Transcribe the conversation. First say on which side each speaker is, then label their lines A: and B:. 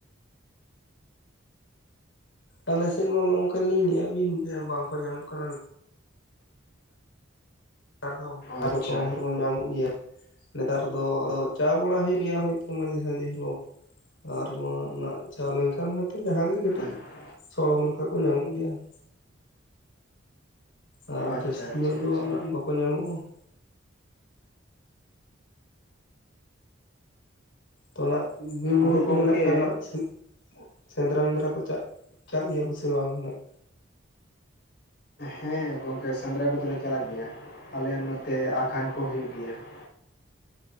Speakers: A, on the left; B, on the left.
A: ᱟᱞᱮ ᱥᱮᱫ ᱢᱟ ᱱᱚᱜᱝᱠᱟ ᱞᱤᱧ ᱞᱟᱹᱭᱟᱫ ᱵᱤᱱ, ᱡᱮ ᱵᱟᱝᱠᱚ ᱧᱟᱢᱚᱜ ᱠᱟᱱᱟ᱾ ᱱᱮᱛᱟᱨ ᱫᱚ
B: ᱟᱪᱪᱷᱟ
A: ᱟᱫᱚ ᱠᱚᱢ ᱦᱚᱵᱚᱱ ᱧᱟᱢ <inaudible> ᱜᱮᱭᱟ ᱾ ᱱᱮᱛᱟᱨ ᱫᱚ ᱪᱟ ᱵᱟᱲᱟ ᱦᱩᱭᱩᱜ ᱜᱮᱭᱟ ᱦᱚᱭᱛᱚ ᱢᱟᱡᱮ ᱥᱟᱡᱷᱮ ᱦᱤᱞᱳᱜ᱾ ᱟᱨ <inaudible> ᱪᱟ ᱞᱮᱱᱠᱷᱟᱱ ᱦᱚᱭᱛᱚ ᱡᱟᱸᱦᱟᱸ ᱜᱮ ᱠᱟᱹᱴᱤᱡ
B: ᱟᱪᱪᱷᱟ
A: ᱥᱚᱲᱚᱢ ᱞᱮᱠᱟ ᱠᱚ ᱧᱟᱢᱚᱜ ᱜᱮᱭᱟ ᱾ ᱟᱨ
B: ᱟᱪᱪᱷᱟ
A: ᱡᱟᱹᱥᱛᱤ ᱧᱚᱜ ᱫᱚ
B: ᱟᱪᱪᱷᱟ
A: ᱦᱟᱸᱜ ᱵᱟᱝ ᱵᱟᱠᱚ ᱧᱟᱢᱚᱜᱼᱟ ᱾ ᱛᱚ ᱚᱱᱟ ᱵᱤᱨ ᱵᱩᱨᱩ
B: ᱟᱫᱚ
A: ᱠᱚ
B: ᱜᱚᱢᱠᱮ
A: ᱢᱮᱱᱟᱜ <inaudible> ᱥᱮᱸᱫᱽᱨᱟ ᱢᱮᱸᱫᱽᱨᱟ ᱠᱚ ᱪᱟᱜ, ᱪᱟᱜ ᱜᱮᱭᱟ ᱯᱮᱥᱮ ᱵᱟᱝ ᱱᱟᱜ?
B: ᱦᱮᱸ ᱜᱚᱝᱠᱮ ᱥᱮᱸᱫᱽᱨᱟ ᱠᱚᱫᱚᱞᱮ ᱪᱟᱞᱟᱜ ᱜᱮᱭᱟ, ᱟᱞᱮ ᱱᱚᱛᱮ ᱟᱠᱷᱟᱱ ᱠᱚ ᱦᱩᱭᱩᱜ ᱜᱮᱭᱟ ᱾